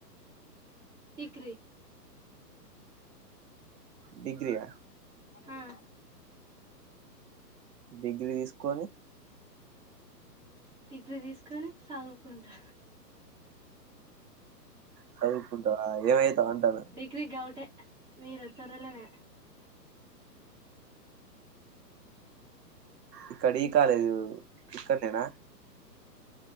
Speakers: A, on the right (about 20°); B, on the right (about 70°).
A: డిగ్రీ
B: డిగ్రి ఆ
A: హా
B: డిగ్రీ తీసుకొని
A: డిగ్రీ తీసుకొని చదువుకుంటా
B: చదువుకుంటావ ఏమయితావ్ అంటాన
A: డిగ్రీ డౌటే మీరు తొరలోనే
B: ఇక్కడ ఈ కాలేజ్ ఇక్కడ నేనా